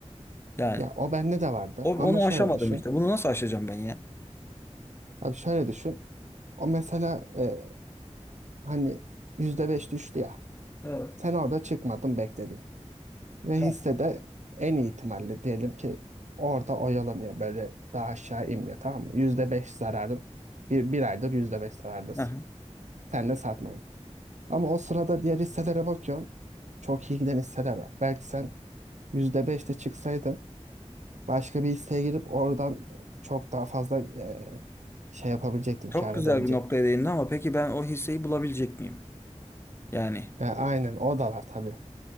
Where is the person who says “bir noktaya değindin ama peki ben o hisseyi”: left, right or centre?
Left